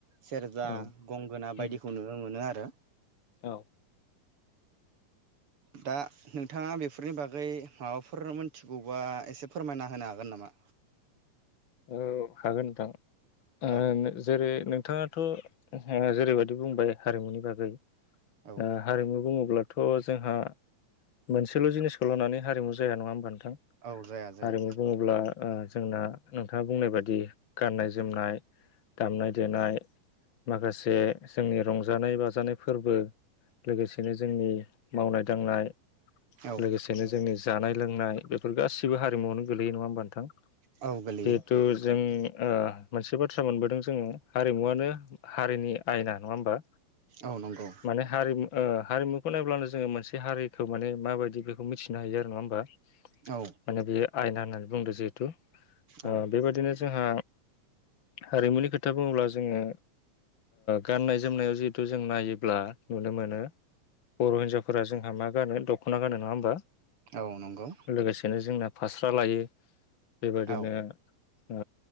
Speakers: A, on the right; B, on the left.
A: सेरजा
B: औ
A: गंगोना बायदिखौनो
B: उम
A: मोनो आरो।
B: औ
A: दा नोंथाङा बेफोरनि बागै माबाफोर मोनथिगौबा एसे फोरमायना होनो हागोन नामा?
B: औ हागोन नोंथां। ओं
A: औ
B: जेरै नोंथाङा थ' जेरैबायदि बुंबाय हारिमुनि बागै
A: औ
B: ओ हारिमु बुङोब्ला थ' जोंहा मोनसेल' जिनिसखौ लानानै हारिमु जाया नङा होनबा नोंथां।
A: औ जाया जाया
B: हारिमु बुङोब्ला ओह जोंना नोंथाङा बुंनाय बादि गाननाय जोमनाय दामनाय देनाय माखासे जोंनि रंजानाय बाजानाय फोरबो लोगोसेनो जोंनि मावनाय दांनाय
A: औ
B: लोगोसेनो जोंनि जानाय लोंनाय बेफोर गासिबो हारिमुआवनो गोलैयो नङा होमबा नोंथां।
A: औ गोलैयो
B: जिहेथु जों ओ मोनसे बाथ्रा मोनबोदों जोङो हारिमुवानो हारिनि आयना नङा होमबा।
A: औ नंगौ।
B: माने हारिमु ओ हारिमुखौ नायब्लानो जोङो मोनसे हारिखौ माने माबायदि बेखौ मिथिनो हायो आरो नङा होमबा।
A: औ
B: माने बेयो आयना होननानै बुंदो जिहेथु ओ
A: औ
B: बेबायदिनो जोंहा हारिमुनि खोथा बुङोब्ला जोङो गाननाय ओ जोमनायाव जिहेथु जों नायोब्ला नुनो मोनो। बर' हिन्जावफोरा जोंहा मा गानो दख'ना गानो नङा होमबा।
A: औ नंगौ
B: लोगोसेनो जोंना फास्रा लायो। बेबादिनो
A: औ
B: ओ